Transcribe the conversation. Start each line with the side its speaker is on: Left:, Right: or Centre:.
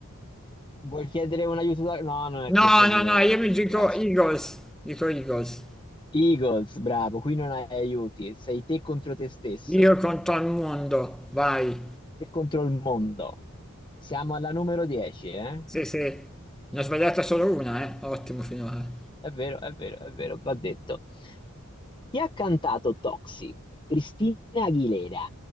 Left: Vuoi chiedere un aiuto? da- No, non è questo
Centre: No,
Left: il milionario,
Centre: no, no, io mi
Left: mi dispiace.
Centre: dico Eagles. Dico Eagles.
Left: Eagles, bravo, qui non hai aiuti, sei te contro te stesso,
Centre: Io conto al mondo, vai.
Left: te contro il mondo. Siamo alla numero 10, eh?
Centre: Sì, sì, ne ho sbagliata solo una, eh. Ottimo finora.
Left: È vero, è vero, è vero, va detto. Chi ha cantato Toxic? Cristina Aguilera,